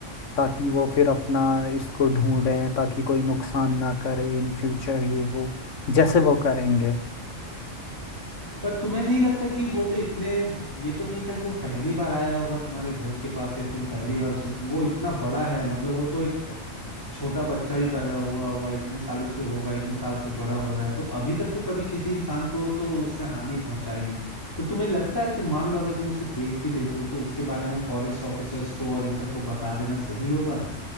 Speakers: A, on the left (about 70°); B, on the left (about 15°).
A: ताकि वो फिर अपना इसको ढूंढें ताकि कोई नुकसान ना करे इन फ्यूचर ये वो जैसे वो करेंगे
B: पर तुम्हें नहीं लगता कि वो तो इतने ये तो नहीं था कि वो पहली बार आया होगा तुम्हारे घर के पास या तुम पहली बार उसे वो इतना बड़ा है मतलब वो तो एक छोटा बच्चा भी पैदा हुआ होगा इतने सालों से होगा इतने साल से बड़ा हो रहा है तो अभी तक तो कभी किसी इंसान को तो उसने हानि पहुंचाई नहीं तो तुम्हें लगता है कि मान लो अगर तुम उसे देख भी लेते हो तो उसके बारे में फॉरेस्ट ऑफिसर्स को और इन सबको बता देना सही होगा